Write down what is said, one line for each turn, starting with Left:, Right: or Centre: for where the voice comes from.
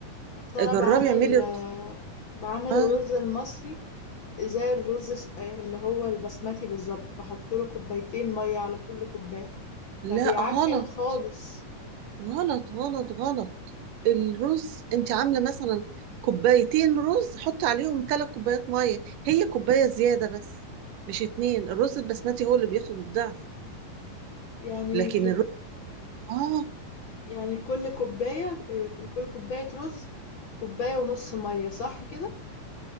Left: اصل
Right: جربي
Left: انا بعمل
Right: اعملي رز
Left: آه، بعمل
Right: اه
Left: الرز المصري زي الرز الس- آه، اللي هو البسمتي بالظبط بحط له كوبايتين ميه على كل كوبايه
Right: لا
Left: فبيعجن
Right: غلط
Left: خالص
Right: غلط غلط غلط الرز انت عامله مثلا كوبايتين رز حطي عليهم ثلاث كوبايات ميه هي كوبايه زياده بس مش اتنين الرز البسمتي هو اللي بياخد الضعف
Left: يعني
Right: لكن
Left: ل-
Right: الرز اه
Left: يعني لكل كوبايه آه، لكل كوبايه رز كوبايه ونص ميه صح كده